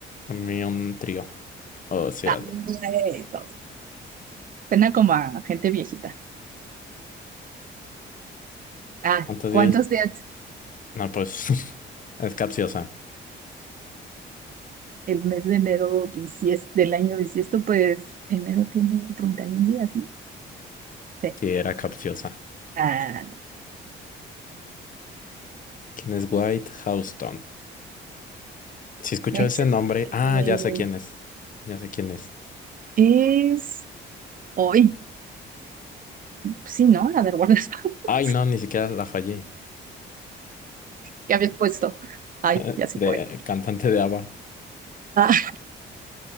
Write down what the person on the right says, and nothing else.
Ah,
eso. Suena como a gente viejita. Ah,
¿cuántos
días?
el mes de enero bisies- del año bisiesto, pues enero tiene 31 días, ¿no? Sí.
Ah,
es,
este,
es hoy. Sí, ¿no? La del guardaespaldas <laughs>
que habías puesto. Ay,
ya se
fue.
Ah,